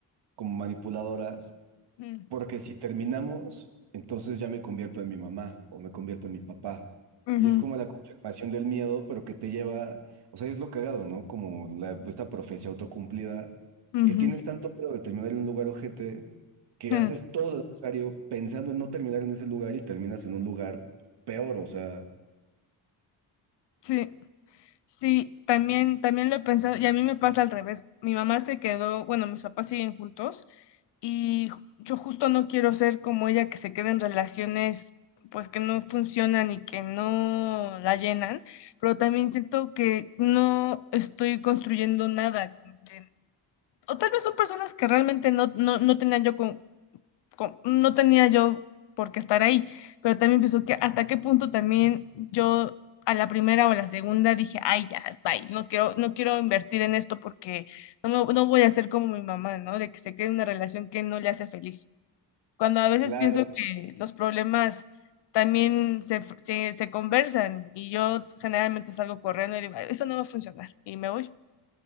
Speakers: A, on the right; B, on the left.
A: como manipuladoras.
B: Mm,
A: Porque si terminamos, entonces ya me convierto en mi mamá o me convierto en mi papá.
B: Ujú,
A: Y es como la confirmación del miedo, pero que te lleva, o sea, es lo cagado, ¿no? Como la- esta profecía autocumplida,
B: ujú,
A: que tienes tanto miedo de terminar en un lugar ojete, que
B: ujú.
A: haces todo lo necesario pensando en no terminar en ese lugar y terminas en un lugar peor, o sea.
B: Sí. Sí, también, también lo he pensado y a mí me pasa al revés. Mi mamá se quedó, bueno, mis papás siguen juntos y ju- yo justo no quiero ser como ella que se queda en relaciones pues que no funcionan y que no la llenan, pero también siento que no estoy construyendo nada. como que- o tal vez son personas que realmente no, no, no tenía yo co- no tenía yo por qué estar ahí, pero también pienso que hasta qué punto también yo a la primera o a la segunda dije, ay, ya, bye, no quiero, no quiero invertir en esto porque no, me- no voy a ser como mi mamá, ¿no? De que se quede en una relación que no le hace feliz. Cuando a veces
A: Claro.
B: pienso que los problemas también se, f- se, se conversan y yo generalmente salgo corriendo y digo, "Ay, eso no va a funcionar y me voy.